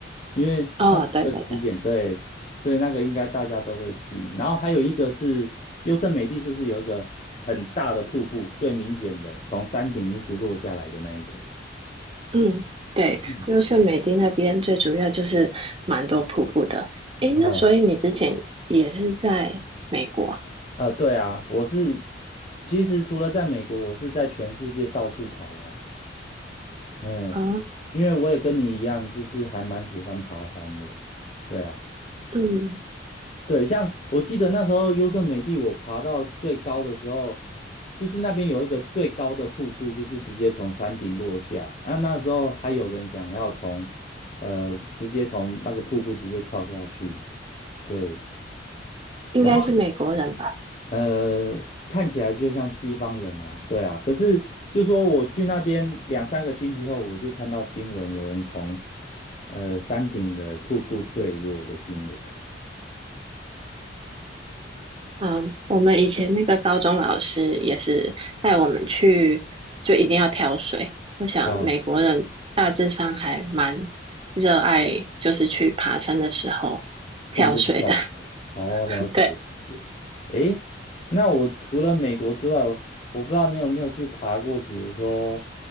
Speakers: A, on the left; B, on the right.
A: 因为它每个起点对，
B: 哦，对对对。
A: 所以那个应该大家都会去。然后还有一个是优胜美地，是不是有一个很大的瀑布，最明显的从山顶一直落下来的那一个？
B: 嗯，对，
A: 嗯，
B: 优胜美地那边最主要就是蛮多瀑布的。诶，
A: 啊，
B: 那所以你之前也是在美国
A: 呃，对啊，我是其实除了在美国，我是在全世界到处跑啦。嗯，
B: 啊？
A: 因为我也跟你一样，就是还蛮喜欢爬山的。对啊，
B: 嗯，
A: 对，像我记得那时候优胜美地，我爬到最高的时候，就是那边有一个最高的瀑布，就是直接从山顶落下。那、那时候还有人想要从，呃，直接从那个瀑布直接跳下去。对，
B: 应该是美国人吧？
A: 然后呃，看起来就像西方人啊，对啊。可是就说我去那边两三个星期后，我就看到新闻有人从呃山顶的瀑布坠落的新闻。
B: 啊，我们以前那个高中老师也是带我们去，就一定要挑水。我想美国人大致上还蛮热爱，
A: 哦
B: 就是去爬山的时候挑水的。
A: 顺便跳舞。哦，
B: <laughs>
A: 了解了解。
B: 对对，
A: 诶，那我除了美国之外，我不知道你有没有去爬过，比如说